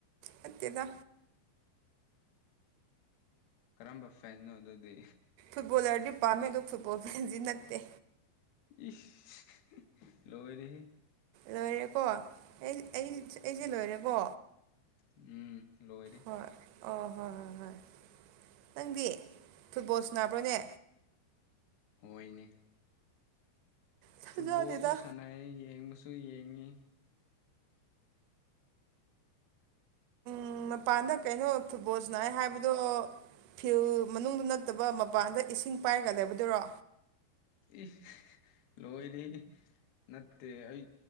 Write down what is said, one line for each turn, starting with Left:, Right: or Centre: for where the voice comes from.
Right: ꯅꯠꯇꯦꯗ
Left: ꯀꯔꯝꯕ ꯐꯦꯟꯅꯣ ꯑꯗꯨꯗꯤ
Right: ꯐꯨꯠꯕꯣꯜꯂꯔꯗꯤ ꯄꯥꯝꯃꯦ ꯑꯗꯣ ꯐꯨꯠꯕꯣꯜ ꯐꯦꯟꯗꯤ ꯅꯠꯇꯦ
Left: ꯏꯁ ꯂꯣꯏꯔꯦꯍꯦ
Right: ꯂꯣꯏꯔꯦꯀꯣ ꯑꯩ ꯑꯩ ꯑꯩꯁꯦ ꯂꯣꯏꯔꯦꯀꯣ
Left: ꯎꯝ ꯂꯣꯏꯔꯦ
Right: ꯍꯣꯏ ꯑꯣ ꯍꯣꯏ ꯍꯣꯏ ꯍꯣꯏ ꯅꯪꯗꯤ ꯐꯨꯠꯕꯣꯜ ꯁ꯭ꯅꯥꯕ꯭ꯔꯣꯅꯦ
Left: ꯍꯣꯏꯅꯦ
Right: ꯊꯥꯖꯗꯦꯗ
Left: ꯐꯨꯠꯕꯣꯜꯁꯨ ꯁꯥꯟꯅꯩ ꯌꯦꯡꯕꯁꯨ ꯌꯦꯡꯉꯤ <inaudible>
Right: ꯎꯝ ꯃꯄꯥꯟꯗ ꯀꯩꯅꯣ ꯐꯨꯠꯕꯣꯜ ꯁ꯭ꯅꯥꯌꯦ ꯍꯥꯏꯕꯗꯣ ꯐꯤꯜ ꯃꯅꯨꯡꯗ ꯅꯠꯇꯕ ꯃꯄꯥꯟꯗ ꯏꯁꯤꯡ ꯄꯥꯏꯔꯒ ꯂꯩꯕꯗꯨꯔꯣ
Left: ꯏꯁ ꯂꯣꯏꯔꯦꯍꯦ ꯅꯠꯇꯦ ꯑꯩ